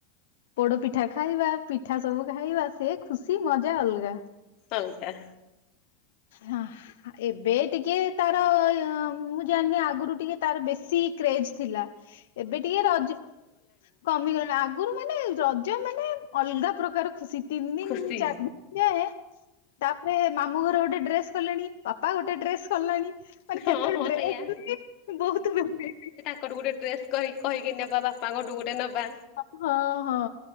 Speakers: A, on the left; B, on the left.
A: ପୋଡ଼ପିଠା ଖାଇବା ପିଠା ସବୁ ଖାଇବା ସେ ଖୁସି ମଜା ଅଲଗା।
B: ଅଲଗା।
A: ହଁ। ଏବେ ଟିକେ ତାର ମୁଁ ଜାଣିନି ଆଗୁରୁ ଟିକେ ତାର ବେଶୀ କ୍ରେଜ ଥିଲା। ଏବେ ଟିକେ ରଜ୍ କମିଗଲାଣି ଆ ଏ ରଜ ମାନେ ଅଲଗା ପ୍ରକାର ଖୁସି ତିନ୍ ଦିନର
B: ଖୁସି
A: ଚାର୍ ଦିନର ଯାଏଁ ତାପରେ ମାମୁ ଘର ଗୋଟେ ଡ୍ରେସ୍ କଲେଣି ବାପା ଗୋଟେ ଡ୍ରେସ୍ ସରଲାଣି ମାନେ
B: ହଁ
A: ସେତଳେ
B: ହଁ
A: ଡ୍ରେସ୍
B: ସେଇଆ।
A: ବି ବୋହୁତ୍ ବେଶୀ।
B: କଲଠୁ ଗୋଟେ ଡ୍ରେସ୍ କହି କହିକି ନେବା ବାପାଙ୍କଠୁ ଗୋଟେ ନବା।
A: ଅପି ହଁ ହଁ।